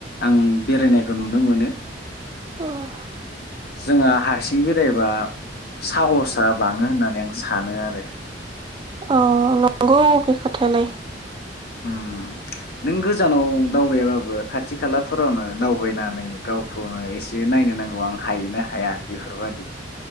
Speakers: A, on the left; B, on the right.
A: आं बेरायनायखौ नुनो मोनो।
B: <unintelligible>
A: जोंहा हारसिं बेरायबा साहस आ बाङो होननानै आं सानो आरो।
B: अ नंगौ बे खोथायालाय।
A: होम नों गोजानाव दावबायाबाबो खाथि खालाफोरावनो दावबायनानै गावखौनो एसे नायनो नांगौ आं हायो ना हाया इफोरबायदि।